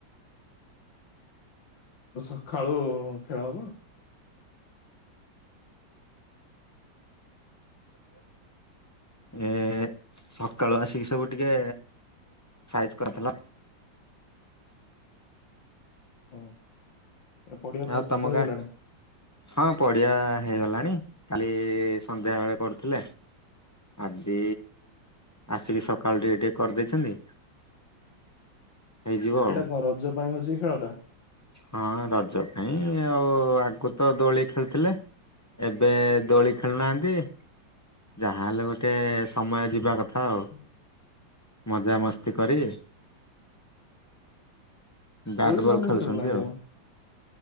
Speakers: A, on the left; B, on the left.
A: <unintelligible> ସକାଳୁ ଖେଳ ହବ
B: ଏ ସକାଳୁ ଆସିକି ସବୁ ଟିକେ ସାଇଜ୍ କରଥିଲା
A: ହଁ ପଡିଆ ପ୍ରସ୍ତୁତ
B: ଆଉ ତମ
A: ହେଇଗଲାଣି।
B: ଗାଁ ହଁ ପଡିଆ ହେଇଗଲାଣି କାଲି ସନ୍ଧ୍ୟା ବେଳେ କରୁଥିଲେ ଆଜି ଆସିକି ସକାଳ ଟିକେ ଟିକେ କରିଦେଇଛନ୍ତି। ହେଇଯିବ
A: ଏଇଟା
B: ଆଉ
A: କଣ ରଜ ପାଇଁ ହଉଛିକି ଖେଳଟା?
B: ହଁ ରଜ ପାଇଁ ଆଉ ଆଗରୁ ତ ଦୋଳି ଖେଳୁଥିଲେ ଏବେ ଦୋଳି ଖେଳୁନାହାନ୍ତି। ଯାହାହେଲେ ଗୋଟେ ସମୟ ଯିବା କଥା ଆଉ
A: <inaudible>
B: ମଜାମସ୍ତି କରି ବ୍ୟାଟବଲ୍
A: ଦୋଳି କଣ ପାଇଁ
B: ଖେଳୁଛନ୍ତି
A: ଖେଳୁନାହାନ୍ତି
B: ଆଉ